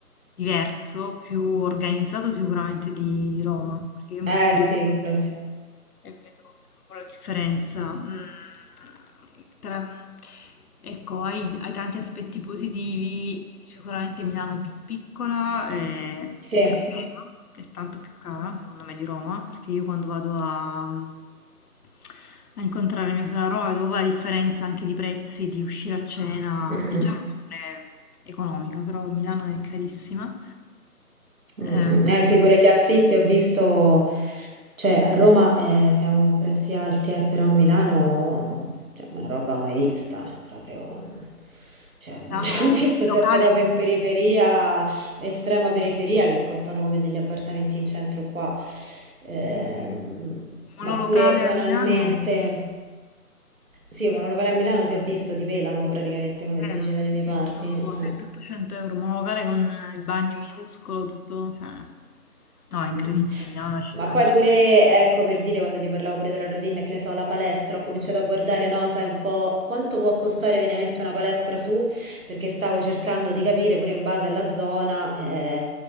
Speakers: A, on the left; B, on the right.
A: diverso, più organizzato sicuramente di, di Roma, perché io e
B: Eh
A: mia sorella...
B: sì, quello sì.
A: E vedo, vedo proprio la differenza. Mm, per- ecco, hai, hai tanti aspetti positivi. Sicuramente Milano è più piccola, e
B: Sì.
A: è più Sì. cara, è tanto più cara, secondo me, di Roma, perché io quando vado a, a incontrare mia sorella a Roma vedo la differenza anche di prezzi, di uscire a cena,
B: Mm.
A: e già non è economica, però Milano è carissima.
B: Mm,
A: Eh,
B: mm. Eh sì, pure gli affitti ho visto, cioè a Roma eh, siamo a prezzi alti, eh, però a Milano cioè, una roba mai vista, proprio, mm, cioè, <laughs>
A: Milano,
B: ho visto
A: il locale
B: certe cose in periferia, estrema periferia, che costano come degli appartamenti in centro qua, Ehm,
A: Sì, sì. Un monolocale
B: ma pure banalmente,
A: a Milano,
B: sì,
A: sì,
B: un monolocale a Milano sì ho visto, ti pelano praticamente, come
A: vero,
B: si dice dalle
A: sì,
B: mie
A: sì,
B: parti,
A: sono
B: eh.
A: 700-800 euro, un monolocale con il bagno minuscolo, tutto, cioè... No, è
B: Mm.
A: incredibile, Milano è una città
B: Ma poi
A: ingestibile.
B: pure, ecco, per dire quando ti parlavo pure della routine, che ne so, la palestra, ho cominciato a guardare, no, sai, un po' quanto può costare mediamente una palestra su, perché stavo cercando di capire pure in base alla zona, eh,